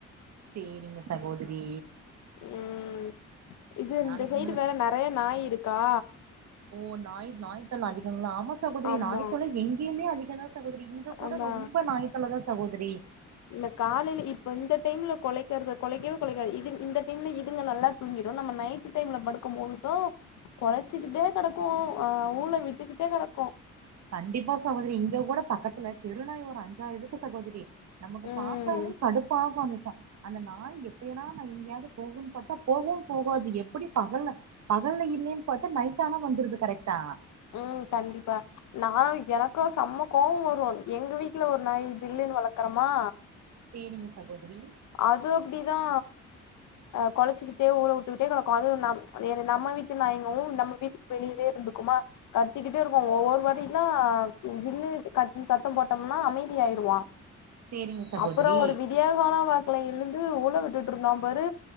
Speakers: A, on the right; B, on the left.
A: சேரிங்க சகோதிரி
B: ம் இது இந்த
A: நாளைக்கு
B: சைடு
A: உங்களுக்கு
B: வேற நறைய நாய் இருக்கா
A: ஓ நாய் நாய்த் தொல்ல அதிகங்ளா ஆமா சகோதரி
B: ஆமா
A: நாய்த்தொல்ல எங்கியுமே அதிகோ தா சகோதரி இங்க கூட
B: அதா
A: ரொம்ப நாய்த்தொல்லதா சகோதரி
B: இந்த காலைல இப்ப இந்த டைம்ல கொலைக்கறது கொலைக்கவே கொலைக்காது இதுங் இந்த டைம்ல இதுங்க நல்லா தூங்கீறு நம்ம நைட்டு டைம்ல படுக்கும் போது தா குலைச்சுக்கிட்டே கெடக்கு அ ஊல விட்டுக்கிட்டே கடக்கு
A: கண்டிப்பா சகோதரி இங்க கூட பக்கத்துல தெருநாய் ஒரு அஞ்சாறு இருக்கு சகோதரி நமக்கு
B: ம்
A: பாத்தாலே கடுப்பாகு அந்த சா அந்த நாய் எப்பயனா நா எங்கயாது போகுன் பாத்தா போகவு போகாது எப்படி பகல்ல பகல்ல இல்லேன்னு பாத்தா நைட் ஆனா வந்துருது கரெக்ட்டா
B: ம் கண்டிப்பா நா எனக்கா சம்ம கோவோ வரு எங்க வீட்டுல ஒரு நாய் ஜில்லுன்னு வளக்கறமா
A: சேரிங்க சகோதரி
B: அது அப்டிதா ஆ கொலச்சிக்கிட்டே ஊள விட்டுக்கிட்டே கெடக்கு அது நம் நம்ம வீட்டு நாய்ங்கவு நம்ம வீட்டுக்கு வெளியவே இருந்துக்குமா கத்திக்கிட்டே இருக்கு ஒவ்வொரு வாட்டில்லா ஜில்லு கத்தி சத்தம் போட்டம்னா அமைதி ஆயிருவா
A: சேரிங்க சகோதரி
B: அப்பறோ ஒரு விடியாகால வாக்குல எழுந்து ஊள விட்டுட்டு இருந்தா பாரு